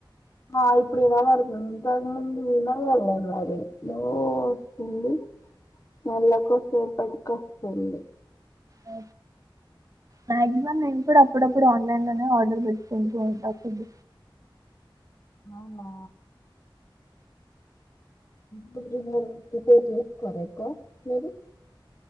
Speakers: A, on the left; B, on the right.
A: ఆ ఇప్పుడు వినబడుతుంది ఇంతకు ముందు వినపడల మరి స్లో వస్తుంది మల్ల కొదసేపటికి వస్తుంది
B: ఓ మ్యాక్సిమం నేను కూడా అప్పుడప్పుడు ఆన్లైన్ లోనే ఆర్డర్ పెట్టుకుంటూ ఉంటా ఫుడ్
A: అవునా ఫుడ్ ప్రిపేర్ చేసుకోరా ఎక్కువ మీరు